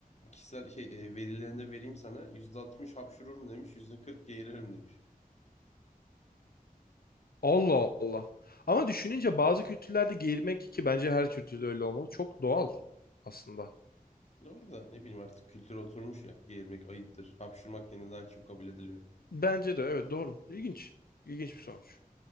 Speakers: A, on the left (about 45°); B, on the left (about 80°).
A: kişisel şey e, verilerinde vereyim sana %60 hapşururum demiş, %40 geğiririm demiş.
B: Allah Allah. Ama düşününce bazı kültürlerde giymek ki bence her kültürde öyle olmalı. Çok doğal aslında.
A: Doğru da ne bileyim artık kültür oturmuş ya. Geğirmek ayıptır. Hapşırmak yine daha çok kabul ediliyor.
B: Bence de evet doğru. İlginç. İlginç bir sonuç.